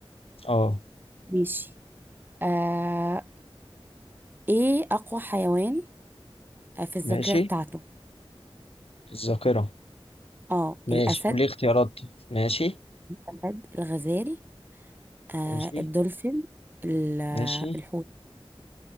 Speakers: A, on the left (about 75°); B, on the right (about 20°).
A: اه
B: ماشي آه ايه اقوى حيوان آه، في الذاكرة
A: ماشي
B: بتاعته
A: الذاكرة
B: اه
A: ماشي
B: الاسد
A: قولي اختيارات ماشي
B: الأسد الغزال آه
A: ماشي
B: الدولفين ال- آه،
A: ماشي
B: الحوت